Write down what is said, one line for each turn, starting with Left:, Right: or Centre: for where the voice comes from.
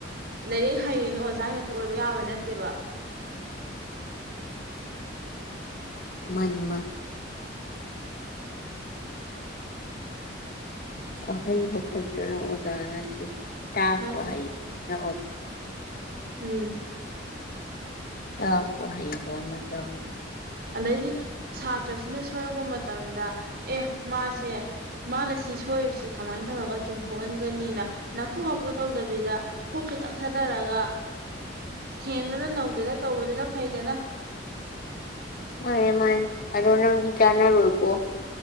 Right: ꯂꯥꯏꯔꯤꯛ ꯍꯩꯌꯦꯅ꯫ ꯍꯦꯛꯇ ꯑꯣꯏꯕ ꯌꯥꯕ ꯅꯠꯇꯦꯕ꯫
Left: ꯃꯅꯤꯃꯠ꯫ ꯑꯍꯩꯕ ꯈꯛꯇꯅ ꯑꯣꯖꯥ ꯅꯠꯇꯦ꯫ ꯇꯥꯛꯄ
Right: ꯅꯠꯇꯦ
Left: ꯑꯩ ꯆꯦ꯫
Right: ꯎꯝ꯫
Left: ꯇꯥꯛ ꯋꯥ ꯍ ꯆ ꯀ꯫
Right: ꯑꯗꯩꯗꯤ ꯁꯥꯇ꯭ꯔꯁꯤꯅ ꯁꯣꯏꯔꯛꯄ ꯃꯇꯝꯗ ꯑꯦ ꯃꯥꯁꯦ꯫ ꯃꯥꯅ ꯁꯤ ꯁꯣꯏꯔꯤꯕꯁꯤ ꯀꯃꯥꯏꯅ ꯇꯧꯔꯒ ꯆꯨꯝꯊꯣꯛꯍꯟꯒꯅꯤꯅ ꯅꯥꯐꯨ ꯍꯥꯐꯨ ꯇꯧꯗꯕꯤꯗ꯫ ꯄꯣꯛ ꯈꯤꯇꯪ ꯊꯥꯗꯔꯒ ꯊꯦꯡꯗꯨꯅ ꯅꯧꯗꯅ ꯇꯧꯕꯗꯨꯅ ꯐꯩꯗꯅ꯫
Left: ꯃꯥꯅꯦ ꯃꯥꯅꯦ ꯑꯗꯣ ꯅꯪꯗꯤ ꯆꯥꯟꯅꯔꯣꯏꯀꯣ